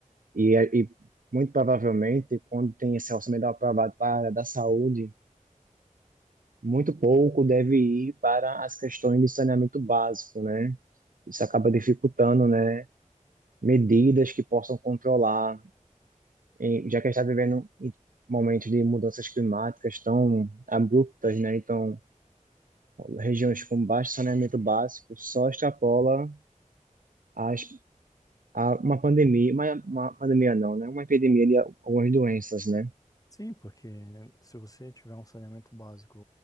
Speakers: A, on the right; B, on the left.
A: E, é, e muito provavelmente, quando tem esse orçamento aprovado para a área da saúde, muito pouco deve ir para as questões de saneamento básico, né? Isso acaba dificultando, né? Medidas que possam controlar, em- já que a gente está vivendo em momentos de mudanças climáticas tão abruptas, né? Então, regiões com baixo saneamento básico só extrapola as a uma pandemia, uma, uma pandemia não, né? Uma epidemia de algumas doenças, né?
B: Sim, porque se você tiver um saneamento básico